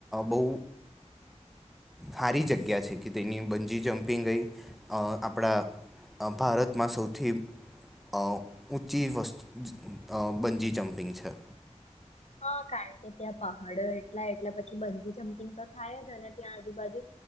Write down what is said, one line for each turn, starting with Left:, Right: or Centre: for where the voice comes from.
Centre: બહુ સારી જગ્યા છે, કે તેની બંજી જમ્પિંગ એ આપણા ભારતમાં સૌથી ઊંચી <unintelligible> બન્જી જમપિંગ છે.
Left: હા કારણ કે ત્યાં પહાડો એટલા એટલે પછી બજી જમ્પિંગ તો થાય જ અને ત્યાં આજુબાજુ